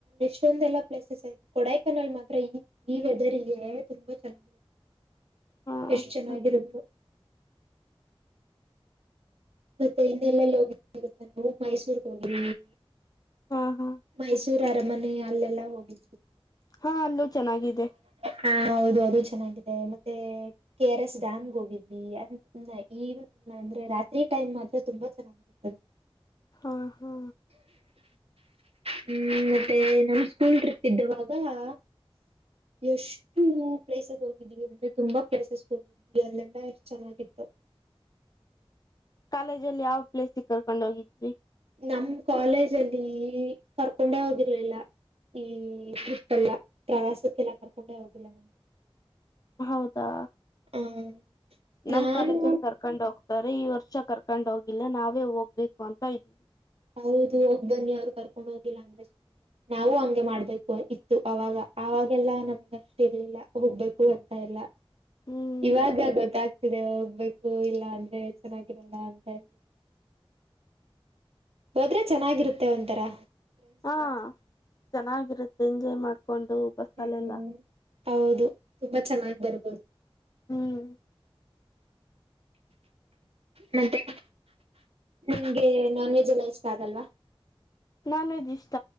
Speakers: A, on the right; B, on the left.
A: ಅಷ್ಟೊಂದೆಲ್ಲಾ ಪ್ಲೇಸಸ್ ಇಟ್ಟು ಕೊಡಕೆನಾಲ್ ಮಾತ್ರ ಈ ಈ ವೆದರ್ಗೆ ತುಂಬಾ ಚನ್ನಾಗಿ
B: ಹಾ ಹಾ
A: ಎಷ್ಟು ಚೆನ್ನಾಗಿರುತ್ತೋ ಮತ್ತೆ ಇನ್ನೆಲ್ಲೆಲ್ಲಿ ಹೋಗಿ ಇರುತ್ತ ಮೈಸೂರ್ ಹೋಗಿ
B: ಹಾ ಹಾ
A: ಮೈಸೂರು ರಮನೆ ಅಲ್ಲೆಲ್ಲಾ ಹೋಗಿ
B: ಹಾ ಅಲ್ಲೂ ಚೆನ್ನಾಗಿದೆ
A: ಹಾ ಹೌದು ಅದು ಚೆನ್ನಾಗಿತ್ತು ಮತ್ತೆ ಕೆ ಆರ್ ಎಸ್ ಡ್ಯಾಮ್ಗೆ ಹೋಗಿದ್ವಿ <unintelligible> ಅಂದ್ರೆ ರಾತ್ರಿ ತುಂಬಾ ಚೆನ್ನಾಗಿರುತ್ತದೆ <inaudible>
B: ಹಾ ಹಾ
A: ಹ್ಮ್ ಮತ್ತೆ ನಮ ಸ್ಕೂಲ್ ಟ್ರಿಪ್ ಇದ್ದವಾಗ <inaudible> ಎಷ್ಟು ಪ್ಲೇಸ್ ಹೋಗಿದ್ವಿ ಅಂದ್ರೆ ತುಂಬಾ ಪ್ಲೇಸಸ್ ಹೋಗಿದ್ವಿ ಅಲ್ಲೆಲ್ಲ ಎಷ್ಟು ಚೆನ್ನಾಗಿತ್ತು
B: ಕಾಲೇಜಲ್ಲಿ ಯಾವ ಪ್ಲೇಸ್ಗೆ ಕರ್ಕೊಂಡ ಹೋಗಿದ್ರಿ
A: ನಮ್ ಕಾಲೇಜ್ ಅಲ್ಲಿ ಕರ್ಕೊಂಡೆ ಹೋಗಿರ್ಲಿಲ್ಲ ಈ ಟ್ರಿಪ್ ಎಲ್ಲ ಪ್ರವಾಸಕ್ಕೆಲ್ಲ ಕರ್ಕೊಂಡೆ ಹೋಗಿಲ್ಲ ನಮ್ಗೆ
B: ಹೌದಾ
A: ಹ್ಮ
B: ನಮ್
A: ನಾನು
B: ಕಾಲೇಜಲ್ಲಿ ಕರ್ಕೊಂಡ್ ಹೋಗ್ತಾರೆ ಈ ವರ್ಷ ವರ್ಷ ಕರ್ಕೊಂಡ ಹೋಗಿಲ್ಲ ನಾವೇ ಹೋಗ್ಬೇಕು ಅಂತ ಇದ್ದೀವಿ
A: ಹೌದು ಹೋಗ ಬನ್ನಿ ಅವ್ರು ಕರ್ಕೊಂಡ್ ಹೋಗಿಲ್ಲ ಅಂದ್ರೆ ನಾವು ಹಂಗೆ ಮಾಡ್ಬೇಕು ಇತ್ತು ಅವಾಗ ಆವಾಗೆಲ್ಲಾ ನಮ್ಗೆ ಅಷ್ಟ ಇರ್ಲಿಲ್ಲ ಹೋಗ್ಬೇಕು ಅಂತ ಎಲ್ಲ
B: ಹ್ಮ್
A: ಇವಾಗ ಗೊತ್ತ ಹೋಗ್ಬೇಕು ಇಲ್ಲ ಅಂದ್ರೆ ಚೆನ್ನಾಗಿರಲ್ಲ ಅಂತ ಹೇಳಿ ಹೋದ್ರೆ ಚೆನ್ನಾಗಿರುತ್ತೆ ಒಂಥರಾ
B: ಹಾ ಚೆನ್ನಾಗಿರುತ್ತೆ ಎಂಜಾಯ್ ಮಾಡ್ಕೊಂಡು ಬಸ್ಸಾಲೆ
A: ಹ್ಮ್
B: ಎಲ್ಲ
A: ಹೌದು ತುಂಬ ಚಮನ್ ಬರಬ
B: ಹ್ಮ್
A: ಮತ್ತೆ ನಿಮ್ಗೆ ನಾನ್ ವೆಜ್ ಎಲ್ಲ ಇಷ್ಟ ಆಗಲ್ವಾ
B: ನಾನ್ ವೆಜ್ ಇಷ್ಟ